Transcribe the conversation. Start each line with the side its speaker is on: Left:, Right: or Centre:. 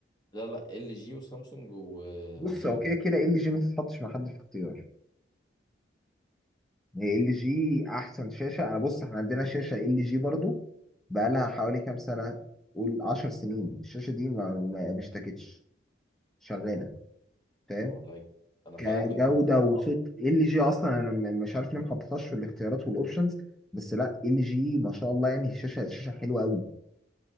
Left: لا لا ال جي وسامسونج و...
Centre: بص
Left: وشاومي
Centre: هو كده كده ال جي ما تتحطش مع حد في اختيار هي ال جي احسن شاشه انا بص احنا عندنا شاشه ال جي برضو بقى لها حوالي كام سنه قول 10 سنين الشاشه دي ما ما ما اشتكتش شغاله فاهم
Left: طب والله أنا
Centre: كجوده
Left: فعلا كنت
Centre: وصوت
Left: مرة
Centre: ال جي اصلا انا م- مش عارف ليه ما حطيتهاش في الاختيارات والاوبشنز بس لا ال جي ما شاء الله يعني الشاشه الشاشه حلوه قوي